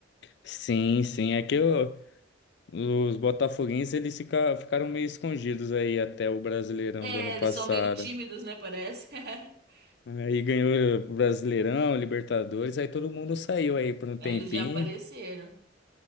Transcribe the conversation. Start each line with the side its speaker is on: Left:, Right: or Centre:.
Left: Sim, sim, é que eu- os botafoguenses eles fica- ficaram meio escondidos aí até o Brasileirão
Right: É,
Left: do ano passado.
Right: eles são meio tímidos, né, parece. <laughs>
Left: Aí ganhou o Brasileirão, Libertadores, aí todo mundo saiu aí por um tempinho.
Right: Eles já apareceram.